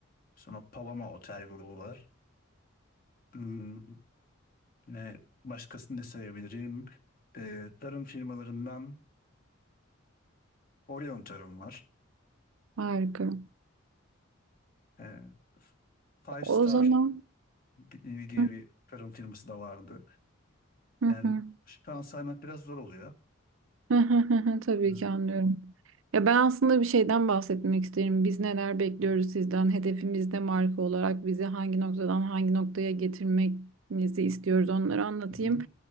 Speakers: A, on the left; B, on the right.
A: sonra Paloma Otel grubu var. Hmm, ne, başkasını ne sayabilirim? Ee, tarım firmalarından Orion Tarım var.
B: Harika.
A: Ee, Five
B: O
A: Star
B: zaman
A: di- diye
B: Hı
A: bir tarım firması da vardı.
B: hı
A: Yani şu an saymak biraz zor oluyor.
B: hı. <laughs> tabii
A: Hı hı.
B: ki anlıyorum. Ya ben aslında bir şeyden bahsetmek isterim. Biz neler bekliyoruz sizden? Hedefimiz de marka olarak bizi hangi noktadan hangi noktaya getirmenizi istiyoruz onları anlatayım.
A: hı hı.